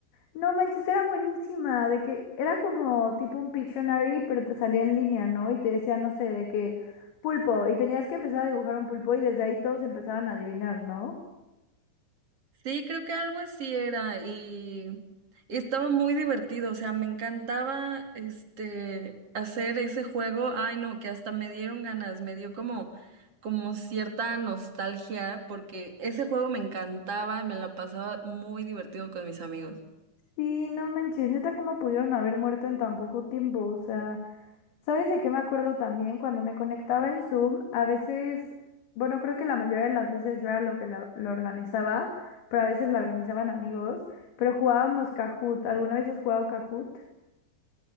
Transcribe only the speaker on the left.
No manches, era buenísima, de que era como tipo un Pictionary, pero te salía en línea, ¿no? Y te decía, no sé, de que pulpo, y tenías que empezar a dibujar un pulpo y desde ahí todos empezaban a adivinar, ¿no?
sí no manches, neta, ¿cómo pudieron haber muerto en tan poco tiempo? O sea, ¿sabes de qué me acuerdo también? Cuando me conectaba en Zoom, a veces, bueno, creo que la mayoría de las veces yo era lo que la- lo, organizaba, pero a veces la organizaban amigos, pero jugábamos Kahoot. ¿Alguna vez has jugado Kahoot?